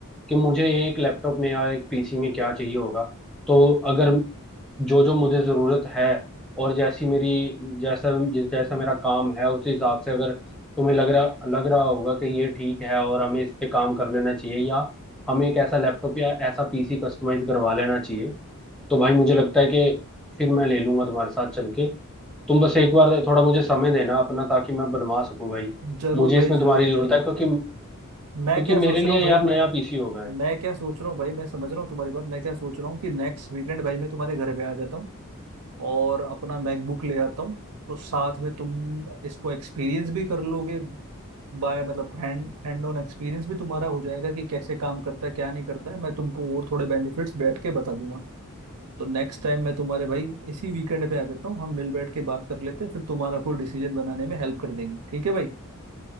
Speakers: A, in the centre; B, on the right.
A: कि मुझे एक लैपटॉप में या एक पीसी में क्या चाहिए होगा तो अगर जो जो मुझे ज़रूरत है और जैसी मेरी जैसा जिस जैसा मेरा काम है उस हिसाब से अगर तुम्हें लग रहा लग रहा होगा कि ये ठीक है और हमें इस पे काम कर लेना चाहिए या हमें एक ऐसा लैपटॉप या ऐसा पीसी कस्टमाइज करवा लेना चाहिए तो भाई मुझे लगता है कि फिर मैं ले लूंगा तुम्हारे साथ चल के तुम बस एक बार थोड़ा मुझे समय देना अपना ताकि मैं बनवा सकूं भाई
B: जरूर
A: मुझे
B: भाई
A: इसमें तुम्हारी
B: जरूर
A: जरूरत
B: भाई
A: है क्योंकि
B: मैं
A: क्योंकि
B: क्या सोच
A: मेरे लिए
B: रहा हूँ
A: यार
B: भाई
A: नया पीसी हो गया है
B: मैं क्या सोच रहा हूँ भाई मैं समझ रहा हूँ तुम्हारी बात मैं क्या सोच रहा हूँ कि नेक्स्ट वीकेंड भाई मैं तुम्हारे घर पे आ जाता हूँ और अपना मैकबुक ले आता हूँ तो साथ में तुम इसको एक्सपीरियंस भी कर लोगे बाय मतलब हैंड हैंड ऑन एक्सपीरियंस भी तुम्हारा हो जाएगा कि कैसे काम करता है क्या नहीं करता है मैं तुमको और थोड़े बेनिफिट्स बैठ के बता दूंगा तो नेक्स्ट टाइम मैं तुम्हारे भाई इसी वीकेंड पे आ जाता हूँ हम मिल बैठ के बात कर लेते हैं फिर तुम्हारा कोई डिसीजन बनाने में हेल्प कर देंगे ठीक है भाई